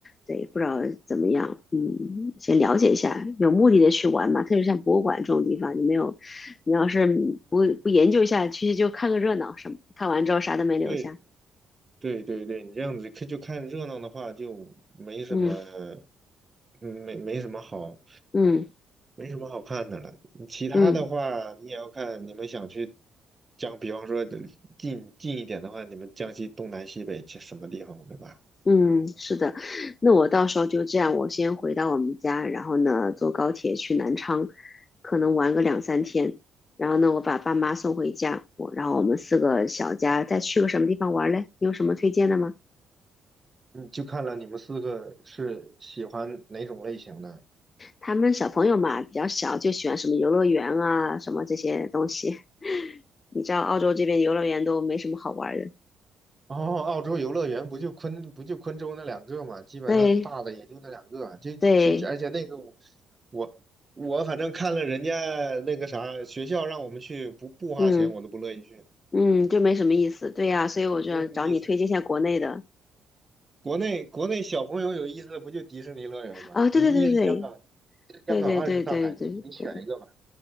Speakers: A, on the left (about 35°); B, on the right (about 25°).
A: 对，不知道怎么样，嗯，先了解一下，有目的的去玩嘛。特别像博物馆这种地方，你没有，你要是不不研究一下，其实就看个热闹，什么看完之后啥都没留下。
B: 对对对对对，你这样子看就看热闹的话，就没什么，
A: 嗯
B: 嗯没没什么好，
A: 嗯
B: 没什么好看的了。其他的话，
A: 嗯。
B: 你也要看你们想去江，比方说近近一点的话，你们江西东南西北去什么地方，对吧？
A: 嗯，是的，那我到时候就这样，我先回到我们家，然后呢，坐高铁去南昌，可能玩个两三天，然后呢，我把爸妈送回家，我然后我们四个小家再去个什么地方玩嘞？你有什么推荐的吗？
B: 嗯，就看了你们四个是喜欢哪种类型的。
A: 他们小朋友嘛，比较小，就喜欢什么游乐园啊，什么这些东西。你知道澳洲这边游乐园都没什么好玩的，
B: 哦，澳洲游乐园不就昆不就昆州那两个嘛，基本上大的也就那两个啊。
A: 对
B: 就就就而且那个我
A: 对，
B: 我我反正看了人家那个啥学校让我们去，不不花钱我都不乐意去，
A: 嗯嗯，就没什么意思，对呀，所以我就要找你推荐一下国内的
B: 没什么意思。国内国内小朋友有意思的不就迪士尼乐园吗？
A: 啊，对对对对
B: 你一是香港，一是香港，
A: 对，对对对对对对，
B: 二是上海，你你选一个嘛。